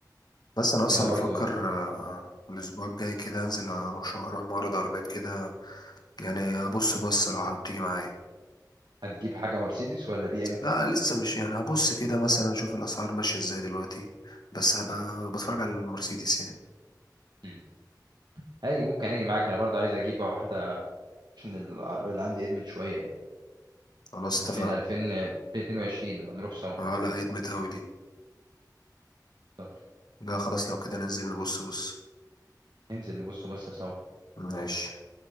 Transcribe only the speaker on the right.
انا
برضو
هتجيب حاجه مرسيدس ولا بي ام
مم. هاجي ممكن اجي معاك انا برضو عايز اجيب واحده عشان العربيه اللي عندي ادمت شويه يعني
2000 2000 2022 نبقى نروح سوا
طب
ننزل نبص بصه سوا
نودي